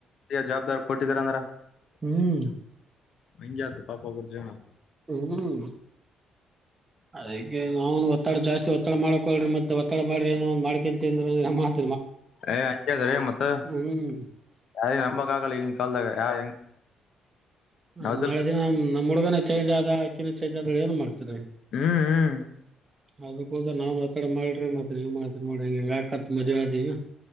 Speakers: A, on the left; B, on the right.
A: ಜವಾಬ್ದಾರಿ ಕೊಟ್ಟಿದ್ರ ಅಂದ್ರಂಜಾ
B: ಹ್ಮ್
A: ಪಾಪ ಗುರುಜನಾ
B: ಹ್ಮ್ ಅದ ನಾವ ಒತ್ತಡ ಜಾಸ್ತಿ ಒತ್ತಡ ಮಾಡಕೊಳ್ರಿ ಮತ್ತೆ ಒತ್ತಡ ಮಾಡ್ರಿ ಏ ಒ ಮಾಡ್ಕಂತ್ರ
A: ಏ ಹದ್ರೀ ಮತ್ತ
B: ಹ್ಮ್
A: ಯಾರ ನಂಬಕ್ ಆಗಲ್ಲ ಈಂಗ ಕಲ್ದಾಗ ಯಾರ್ ಹೆಂಗ
B: ಹ
A: ಯಾವ್ದಿಲ್ಲ
B: ನಾಳೆ ದಿನ ನಮ್ಮ ಹುಡ್ಗನೆ ಚೇಂಜ್ ಆದ ಹಾಕಿನ ಚಂಜ್ ಆದ ಏನ್ ಮಾಡ್ತಾರೆ
A: ಹ್ಮ್ ಹ್ಮ್
B: ಅದಕ್ಕೋಸರ ನಾವ್ ಮಾತಾಡ ಮಾಡ್ರಿ ಮತ್ತತ್ ನೀವ್ ಮಾ್ತ್ ನಡ್ರಿ ಹಂಗ ಹೆಂಗ ಆಕತ್ ಮದ್ೆ ಆದ ಈಗ